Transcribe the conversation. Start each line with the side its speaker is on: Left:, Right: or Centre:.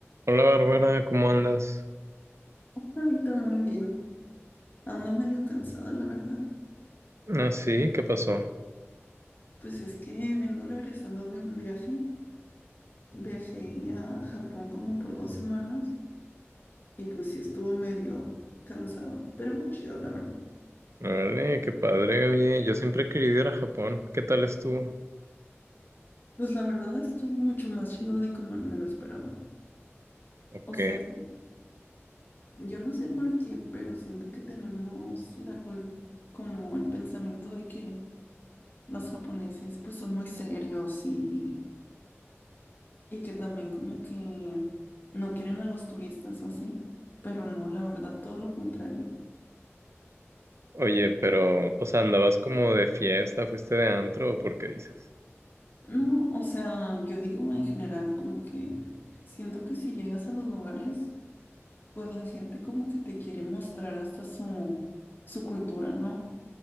Right: Hola Bárbara, ¿cómo andas?
Left: Hola, Víctor, muy bien. Ando medio cansada, la verdad.
Right: Ah, sí, ¿qué pasó?
Left: Pues es que vengo regresando de un viaje. Viajé a Japón como por dos semanas y pues sí estuvo medio cansado, pero muy chido, la verdad.
Right: Vale, qué padre, oye, yo siempre he querido ir a Japón, ¿qué tal estuvo?
Left: Pues la verdad estuvo mucho más chido de como me lo esperaba.
Right: Ok,
Left: O sea, como yo no sé por qué, pero siento que tenemos la cul- como el pensamiento de que los japoneses pues son muy serios y Y que también como que no quieren a los turistas o así, pero no, la verdad, todo lo contrario.
Right: oye, pero, o sea, ¿andabas como de fiesta, fuiste de antro o por qué dices?
Left: No, o sea, yo digo en general como que siento que si llegas a los lugares, pues la gente como que te quiere mostrar hasta su, su cultura, ¿no?